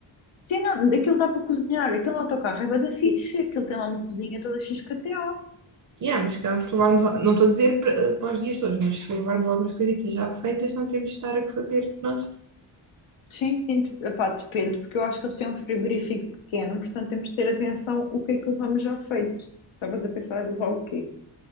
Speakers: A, on the left; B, on the right.
A: Sim, não, aquilo dá para cozinhar, aquele autocarro é bué da fixe, aquilo tem lá uma cozinha toda XPTO.
B: Yeah, mas se calhar se levarmos, a- não estou a dizer para, eh, para os dias todos, mas se levarmos algumas coisitas já feitas, não temos de estar a fazer nós.
A: Sim, sim, dep- epá, depende, porque eu acho que eles têm um frigorífico pequeno, portanto temos de ter atenção o que é que levamos já feito. Estavas a pensar em levar o quê?